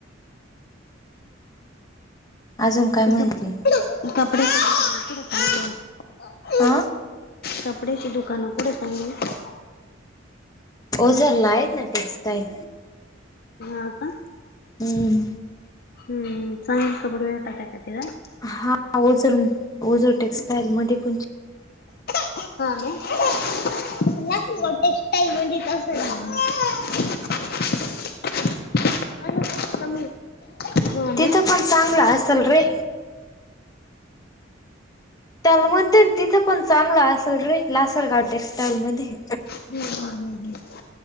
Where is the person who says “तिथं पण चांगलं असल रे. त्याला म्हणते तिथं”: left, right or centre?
Left